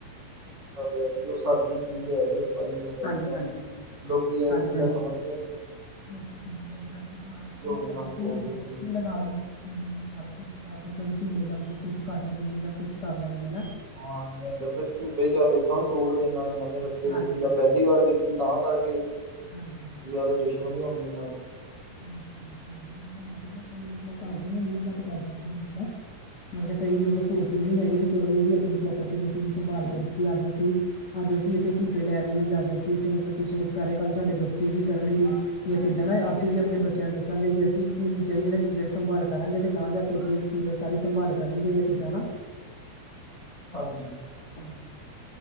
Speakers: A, on the right; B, on the left.
A: ਸਾਡੇ ਜੀ ਉਹ ਸਾਡੀ ਚੀਜ਼ ਹੈ ਜੀ ਉਹ। ਾਂ ਯੂਜ ਕਰਨੀ
B: ਹਾਂਜੀ
A: ਉਹਨੂੰ
B: ਹਾਂਜੀ
A: ਲੋਕੀ ਇਹ
B: ਹਾਂਜੀ
A: ਚੀਜ਼ਾਂ
B: ਹਾਂਜੀ
A: ਸਮਝਦੇ ਨੇੀ।
B: ਲੋਕੀ ਸਮਝਗੇ ਹਾਂਜੀ ਹਾਂ ਤਾਂ
A: ਹੁਣ ਇਹਨਾਂ
B: ਸ਼ਰਾਰਤੀ
A: ਨੂੰ ਤੋੜੀਏ
B: ਹੁੰਦੀ
A: ਸਾਨੂੰ
B: ਆ ਬੱਚੀ ਹੀ ਲਗਾ ਲਓ <inaudible> ਪਾਰਕ ਵਿੱਚ ਜਾ ਕੇ ਕਈ ਝੂਲੇ ਦਾ ਮਤਲਬ ਕੁੱਛ ਕੱਟ ਦੇਣਗੇ ਜਾਂ ਕੁਛ ਕਰ ਲੈਣਗੇ ਹਨਾ।
A: ਹਾਂ ਇੱਧਰ ਤੇ ਝੂਲੇ ਝਾਲੇ ਸਭ ਤੋੜ ਤੇ ਇਹਨਾਂ ਨੇ ਨਵੇਂ ਲੱਗੇ
B: ਹਾਂਜੀ
A: ਤੇ ਸੀ
B: ਹਾਂਜੀ
A: ਪਹਿਲੀ ਵਾਰ ਵੇਖੀ ਤਾਂ ਕਰਕੇ ਤੇ
B: ਹਾਂਜੀ
A: ਦੁਸ਼ਮਣੀ ਹੋਣੀ ਇਹਨਾਂ ਦੀ।
B: ਹੈਗੀ ਆ ਮਤਲਬ ਕਰਦੇਬਤ ਕਰ ਜਾਂਦੇ ਨੇ ਜਿੱਦਾਂ <inaudible> ਮਤਲਬ ਕਈ ਮਤਲਬ ਸੋਚਦੇ ਨੀ ਹੈਗੇ ਵੀ ਚਲੋ ਇਹ ਵੀ ਆਪਣੀ ਪ੍ਰੋਪਰਟੀ ਦੀ ਅਸੀਂ ਵੀ ਸੰਭਾਲ ਰੱਖੀਏ। ਅੱਜ ਅਸੀਂ, ਅੱਜ ਅਸੀਂ ਇੱਥੇ ਝੂਟੇ ਲੈਣ ਰਹੇ ਹਾਂ ਜ ਅੱਜ ਸੀਂ ਮਤਲਬ ਕੁਛ ਕੁਛ ਕਾਰਕਾਲ ਸਾਡੇ ਬੱਚੇ ਵੀ ਕਰਨਗੇ। ਕੀਪਦ ਨਾ, ਅਸੀਂ ਵੀ ਆਪਣੇ ਬੱਚਿਆਂ ਨੂੰ ਦੱਸਾਂਗੇ, ਅਸੀਂ ਇਹਨਾਂ ਚੀਜ਼ਾਂ ਦੀ ਸੰਭਾਲ ਕਰਾਂਗੇ ਅਤੇ ਤਾਂਹ ਜਾ ਕੇੱ, ਮਤਲਬ ਸਾਰੀ ਸੰਭਾਲ ਕਰਨਗੇ ਕਿੱਦਾਂ ਨਾ।
A: ਹਾਂਜੀ-ਹਾਂਜੀ
B: ਹਾਂਜੀ